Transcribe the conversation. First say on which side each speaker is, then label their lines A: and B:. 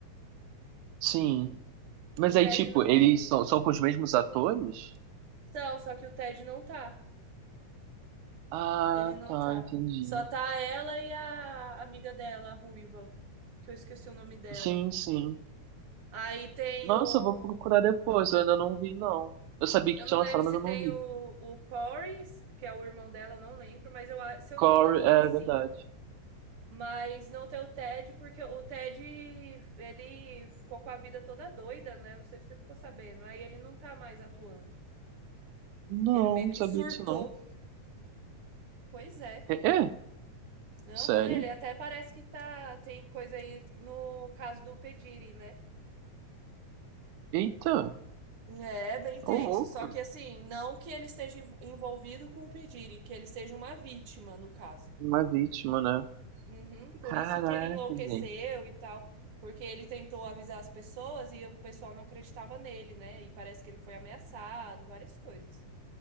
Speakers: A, on the right (about 85°); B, on the right (about 60°).
A: sim. Mas
B: O Ted
A: aí, tipo,
B: não
A: eles são, são com os mesmos atores?
B: Então, só que o Ted não tá.
A: Ah,
B: Ele não
A: tá,
B: tá.
A: entendi.
B: Só tá ela e a amiga dela, a ruiva, que eu esqueci o nome dela.
A: Sim, sim.
B: Aí tem
A: Nossa,
B: o
A: eu vou procurar depois. Eu ainda não vi, não. Eu sabia
B: eu
A: que
B: não
A: tinha
B: lembro
A: lançado,
B: se
A: mas eu
B: tem
A: não vi.
B: o, o Corey, que é o irmão dela, eu não lembro, mas eu, a- se eu
A: Corey,
B: não me engano, tem
A: é
B: sim.
A: verdade.
B: mas não ter o Ted, porque o Ted, ele ficou com a vida toda doida, né? Não sei se você ficou sabendo. Aí ele não tá mais atuando.
A: Não,
B: Ele meio
A: não
B: que
A: sabia
B: surtou.
A: disso, não.
B: Pois é.
A: É? é?
B: Aham,
A: Sério?
B: ele até parece que tá. Tem coisa aí no caso do Pediri, né?
A: Eita,
B: É bem tenso,
A: ô louco.
B: só que assim, não que ele esteja envolvido com o Pediri, que ele seja uma vítima, no caso.
A: Uma vítima, né?
B: Uhum, por
A: Caraca,
B: isso que ele enlouqueceu
A: gente.
B: e tal, porque ele tentou avisar as pessoas e o pessoal não acreditava nele, né? E parece que ele foi ameaçado, várias coisas.